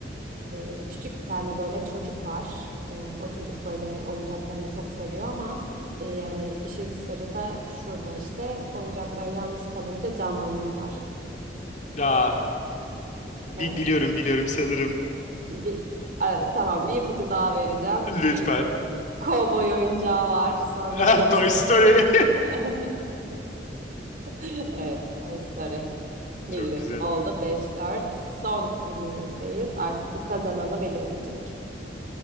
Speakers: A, on the right; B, on the left.
A: Ee, küçük bir tane böyle çocuk var. Ee, o çocuk böyle oyuncaklarını çok seviyor ama e, yani işin sırrı da şurada işte oyuncaklar yalnız kalınca canlanıyorlar.
B: Daha bi
A: Evet,
B: biliyorum biliyorum sanırım.
A: bir e, tamam bir ipucu daha vereceğim.
B: Lütfen.
A: Bir kovboy oyuncağı var. Sonra
B: <laughs> Ah,
A: işte
B: Toy Story.
A: <laughs> <laughs> Evet, Toy Story. <laughs>
B: <laughs>
A: Bildin.
B: Çok güzel.
A: Oldu beş dört Son filmimizdeyiz. Artık bu kazananı belirleyecek.